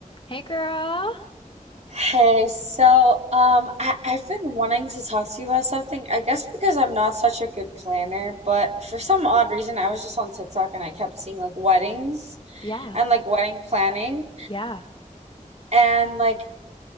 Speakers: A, on the left; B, on the right.
A: Hey girl.
B: Hey, so um, I, I've been wanting to talk to you about something. I guess because I'm not such a good planner, but for some odd reason, I was just on TikTok and I kept seeing like weddings
A: Yeah.
B: and like wedding planning.
A: Yeah.
B: And like,